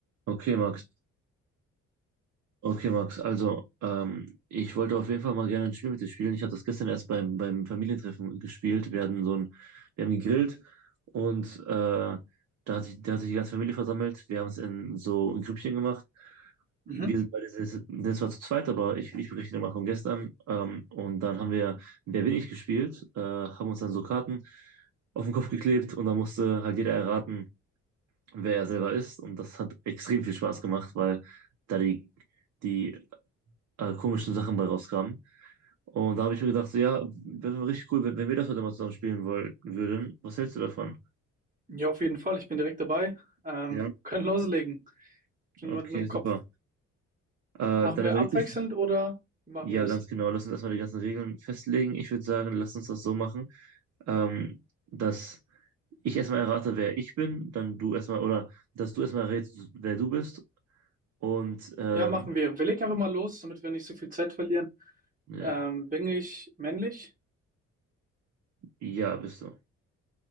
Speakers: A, on the right (about 60°); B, on the right (about 25°).
A: Okay, Max. Okay, Max. Also, ähm, ich wollte auf jeden Fall mal gerne ein Spiel mit dir spielen. Ich habe das gestern erst beim, beim Familientreffen gespielt. Wir hatten so ein, wir haben gegrillt und äh, da hat sich, da hat sich die ganze Familie versammelt. Wir haben es in so ein Grüppchen gemacht. Wir
B: Mhm.
A: sind beide, sehr- das war zu zweit, aber ich, ich berichte dir mal von gestern. Ähm, und dann haben wir Wer bin ich gespielt, äh, haben uns dann so Karten auf den Kopf geklebt und dann musste halt jeder erraten, wer er selber ist. Und das hat extrem viel Spaß gemacht, weil da die, die äh, komischen Sachen bei rauskamen. Und da habe ich mir gedacht, so, ja, das wäre richtig cool, wenn, wenn wir das heute mal zusammen spielen wollen, würden. Was hältst du davon?
B: Ja, auf jeden Fall. Ich bin direkt dabei. Ähm,
A: Ja,
B: <laughs> können loslegen. Schon
A: okay,
B: jemanden im
A: super.
B: Kopf.
A: Äh,
B: Machen
A: dann
B: wir
A: überleg
B: abwechselnd
A: dir,
B: oder wie machen
A: ja,
B: wir es?
A: ganz genau, lass uns erstmal die ganzen Regeln festlegen. Ich würde sagen, lass uns das so machen, ähm, dass ich erstmal errate, wer ich bin, dann du erstmal, oder dass du erstmal errätst, wer du bist. Und ähm,
B: Ja, machen wir. Wir legen einfach mal los, damit wir nicht so viel Zeit verlieren.
A: ja,
B: Ähm, bin ich männlich?
A: ja, bist du.